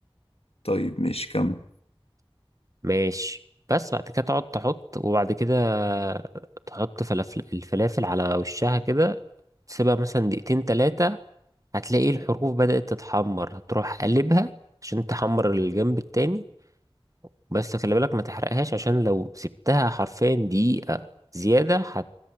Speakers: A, on the left; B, on the right.
A: طيب ماشي كمل
B: ماشي بس بعد كده تقعد تحط وبعد كده تحط فلافل الفلافل على وشها كده تسيبها مثلا دقيقتين تلاتة هتلاقي الحروف بدأت تتحمر هتروح قلبها عشان تحمر الجنب التاني بس خلي بالك ما تحرقهاش عشان لو سبتها حرفيا دقيقة زيادة هت...